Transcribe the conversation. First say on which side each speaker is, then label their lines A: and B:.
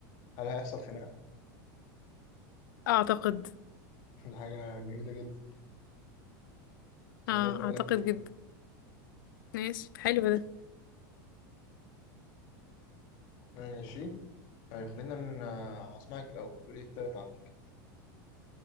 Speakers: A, on the left; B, on the left.
A: هل هيحصل خناقة؟
B: اعتقد
A: <laughs> دي حاجة جميلة جدا خليناش
B: اه
A: بقالنا
B: اعتقد
A: كتير
B: جدا ماشي حلو ده
A: ماشي طيب خلينا ن- آه، هسمعك الأول قولي إيه التالت عندك